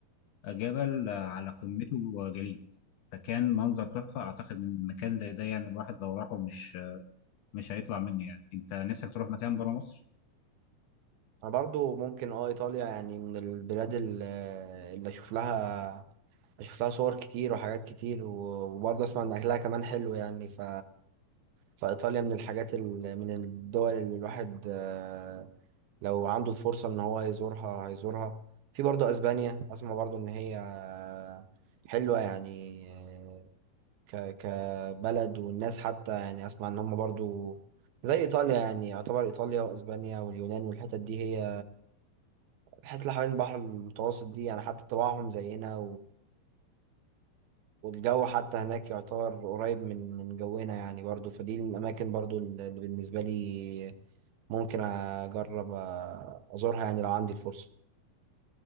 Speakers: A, on the left (about 75°); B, on the right (about 80°).
A: جبل آه، على قمته آه، جليد فكان منظر تحفه اعتقد إن مكان زي ده يعني الواحد لو راحه مش آه، مش هيطلع منه يعني انت نفسك تروح مكان برا مصر
B: أنا برضو ممكن آه إيطاليا يعني من البلاد ال- اللي أشوف لها أشوف لها صور كتير وحاجات كتير و- وبرضه أسمع إن أكلها كمان حلو يعني ف فإيطاليا من الحاجات ال... من الدول اللي الواحد آه، لو عنده الفرصة إن هو يزورها هيزورها في برضه أسبانيا أسمع برضه إن هي آه، حلوة يعني آه، ك... كبلد والناس حتى يعني أسمع إن هم برضه زي إيطاليا يعني يعتبر إيطاليا وأسبانيا واليونان والحتت دي هي الحتت اللي حوالين البحر المتوسط دي يعني حتى طباعهم زينا والجو حتى هناك يعتبر قريب من من جونا يعني برضو فدي الأماكن برضو اللي بالنسبة لي ممكن أجرب أ- أزورها يعني لو عندي الفرصة